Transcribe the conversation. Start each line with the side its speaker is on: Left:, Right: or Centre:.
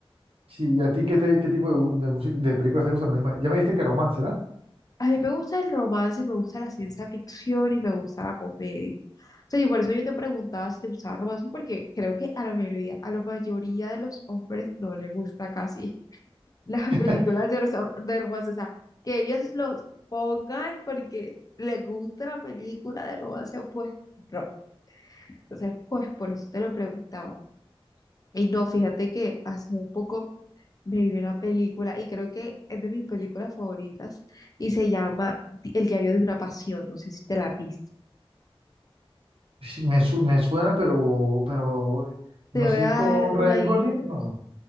Right: Sí, ¿y a ti qué, te- qué tipo de, gu- de, música- de películas te gustan? Me ima- Ya me dijiste que romance, ¿verdad?
Left: A mí me gusta el romance, me gusta la ciencia ficción y me gusta la comedia. O sea, y por eso yo te preguntaba si te gustaba el romance, porque creo que a la mayoría, a la mayoría de los hombres no les gusta casi <laughs> las
Right: <clears throat>
Left: películas de, rosa- de romance. O sea, que ellos los pongan porque les gusta la película de romance, pues no. Entonces, pues por eso te lo preguntaba. Y no, fíjate que hace un poco. Me vi una película y creo que es de mis películas favoritas y se llama Di- El diario de una pasión. No sé si te la has visto.
Right: Sí, Me, su- me suena, pero, pero no
Left: Te voy
Right: sé
Left: a
Right: si
Left: dar
Right: es con
Left: una
Right: Ryan
Left: idea.
Right: Gosling, no.